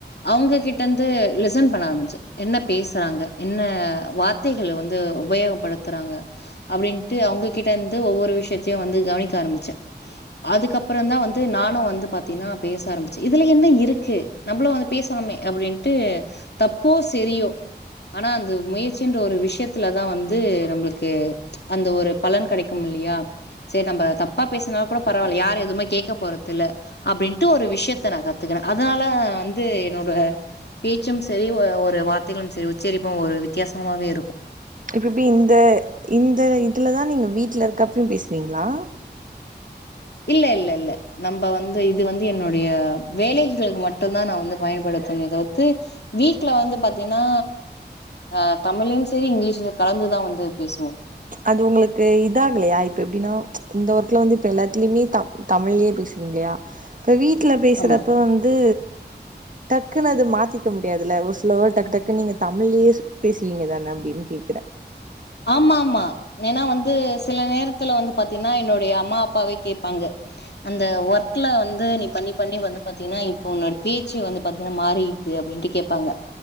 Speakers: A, on the left (about 70°); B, on the right (about 50°).
A: அவுங்க கிட்டந்து லிசன் பண்ண ஆரம்பிச்ச என்ன பேசறாங்க என்ன வார்த்தைகள வந்து உபயோகப்படுத்துறாங்க அப்டின்ட்டு அவுங்ககிட்டந்து ஒவ்வொரு விஷயத்தையு வந்து கவனிக்க ஆரம்பிச்ச அதுக்கப்பறோ தா வந் து நானு வந்து பாத்தீன்னா பேச ஆரம்பிச்ச இதுல என்ன இருக்கு நம்மளு வந்து பேசலாமே அப்டின்ட்டு தப்போ சரியோ ஆனா அந்த முயற்சின்ற ஒரு விஷயத்துலதா வந்து நம்ளுக்கு அந்த ஒரு பலன் கெடைக்கும் இல்லையா சரி நம்ப தப்பா பேசன கூட பரவால்ல யாரு எதுவுமே கேக்க போறதில்ல அப்டின்ட்டு ஒரு விஷயத்த நா கத்துக்கற அதனால வந்து என்னோட பேச்சும் சரி ஒரு ஒரு வார்த்தைகளு சரி உச்சரிப்பு ஒரு வித்தியாசமாவே இருக்கு
B: இப்பெப்டி இந்த இந்த இதுலதா நீங்க வீட்ல இருக்கப்பியு பேசுவீங்களா
A: இல்ல இல்ல இல்ல நம்ப வந்து இது வந்து என்னோடைய வேலைகளுக்கு மட்டும்தா நா வந்து பயன்படுத்துவன தவுர்த்து வீட்ல வந்து பாத்தீங்ன்னா அஹ் தமில்லயு சரி இங்கிலீஷ்லு கலந்துதா வந்து பேசுவோ
B: அது உங்களுக்கு இதாகலையா இப்ப எப்டின்னா இந்த ஒர்க்ல வந்து இப்ப எல்லாத்துலயுமே த தமில்லயே பேசுறீங்களையா இப்ப வீட்ல பேசுறப்ப
A: ஆமா
B: வந்து டக்குன்னு அத மாத்தி க்க முடியாதுல ஒரு சில வோட் டக் டக்குனு நீங்க தமிழ்லயே பேசுவீங்க தான அப்டின் கேக்கற
A: ஆமா ஆமா ஏன்னா வந்து சில நேரத் ல வந்து பாத்தீங்ன்னா என்னுடைய அம்மா அப்பாவே கேப் பாங்க அந்த ஒர்க் ல வந்து நீ பண்ணி பண்ணி வந்து பாத்தீங்கன்னா இப்ப உன்னோட பேச்சு வந்து பாத்தீங்கன்னா மாறிடுது அப்டின்ட்டு கேப்பாங்க